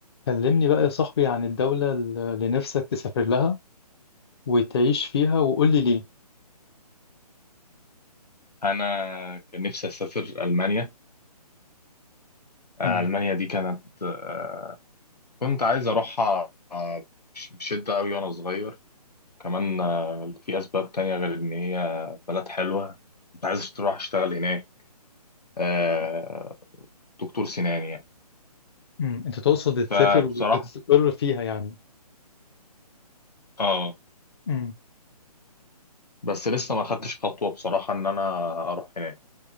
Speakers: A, on the left (about 40°); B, on the left (about 75°).
A: كلمني بقى يا صاحبي عن الدولة اللي نفسك تسافر لها وتعيش فيها وقول لي ليه
B: انا كان نفسي اسافر المانيا آه،
A: مم.
B: المانيا دي كانت آه، كنت عايز اروحها آه، بش- بشده قوي وانا صغير كمان آه، في اسباب تانية غير ان هي بلد حلوه كنت عايز اروح اشتغل هناك آه، دكتور سنان يعني
A: مم. انت تقصد
B: فبصراحه
A: تسافر و- وتستقر فيها يعني
B: اه
A: مم.
B: بس لسه ما خدتش خطوه بصراحه ان انا اروح هناك